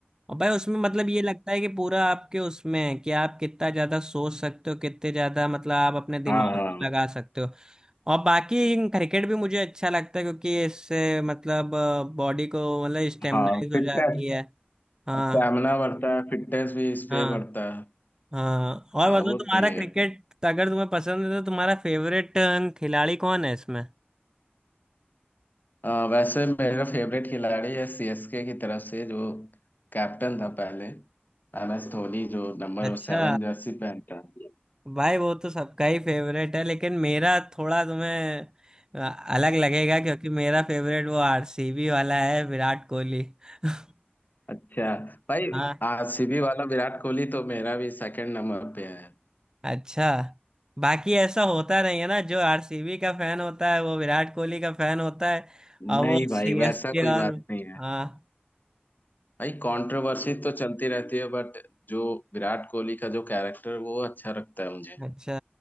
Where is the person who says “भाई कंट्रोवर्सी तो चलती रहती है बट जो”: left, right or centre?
Left